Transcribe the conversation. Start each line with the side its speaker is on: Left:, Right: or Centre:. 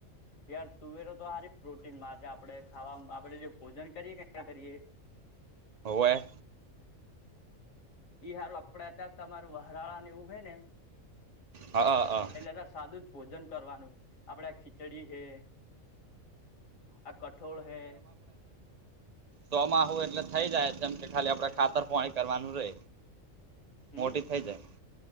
Left: યાર તુવેરો તો સારી પ્રોટીન મા આપડે ખાવા આપડે જે ભોજન કરીએ કરીએ.
Right: હોવે
Left: ઈયારું આપડે અયારે તમાર વરાળા ને એવું હોય ને.
Right: હા હા હા
Left: એટલે કે સાદું જ ભોજન કરવાનું આપડે ખીચડી છે. આ કઠોળ હે
Right: ચોમહુ એટલે થઈ જાય તેમ કે ખાલી આપણેે ખાતર પોણી કરવાનું રે
Left: હમ
Right: મોટી થઈ જાય.